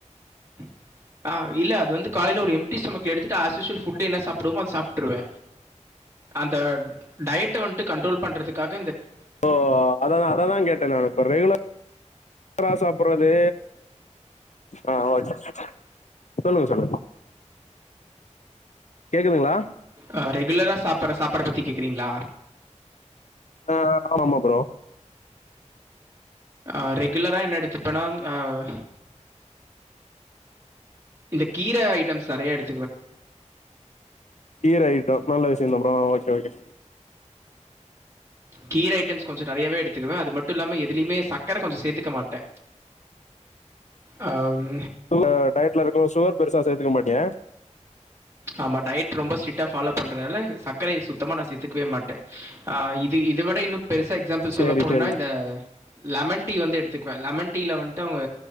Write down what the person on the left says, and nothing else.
ஓ அததா அததா கேட்டே நானு இப்ப ரெகுலர் றா சாப்பற்றது ஆஹ் ஓகே சொல்லுங்க சொல்லுங்க கேக்குதுங்ளா
ஆஹ் ஆமாமா ப்ரோ
கீர ஐட்டோ நல்ல விஷயந்தா ப்ரோ ஆஹ் ஓகே ஓகே
ஆஹ் டயட்ல இருக்கோ சுகர் பெருசா சேத்துக்க மாட்டீங்க
சரி,
சரிங்க.